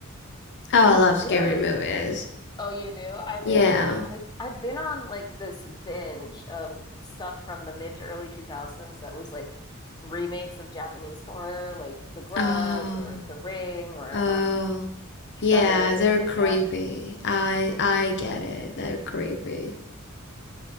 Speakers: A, on the left; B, on the left.
A: Oh,
B: I've
A: I love scary
B: really
A: movies.
B: Oh, you do? I really
A: Yeah.
B: I I've been on like this binge of stuff from the mid to early 2000s that was like remakes of Japanese horror, like The Grudge
A: Oh,
B: or The Ring or
A: oh.
B: um Shudder,
A: Yeah, they're
B: things like
A: creepy.
B: that.
A: I
B: hmm
A: I get it. They're creepy.